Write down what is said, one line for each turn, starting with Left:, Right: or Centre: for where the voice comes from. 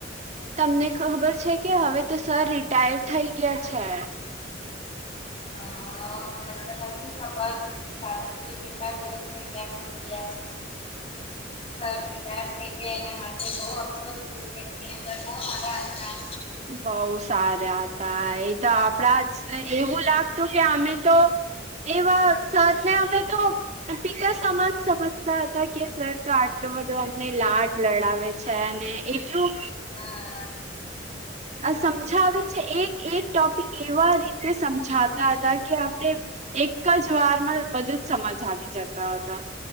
Right: તમને ખબર છે કે હવે તો સર રિટાયર થઈ ગયા છે.
Left: હ એને તો નથી ખબર કારણ કે કેટલા દિવસ થય કે ગયા
Right: <inaudible>
Left: સર રિટાયર થઈ ગયા એના માટે બહ અફસોસ થયો કે સર બોવ સાર હતા
Right: બઉ સારા હતા એ તો આપડા જ એવું લાગતું કે અમે તો એવા સર ને અમે તો પિતા સમાજ સમજતા હતા કે સર તો આટલો એલું બધું અમને લાડ લડાવે છે અને એટલું
Left: હા
Right: સમજાવે છે એક એક ટોપિક એવા રીતે સમજાતા હતા કે આપણે એક જ વારમાં બધું જ સમજ આવી જતા હતો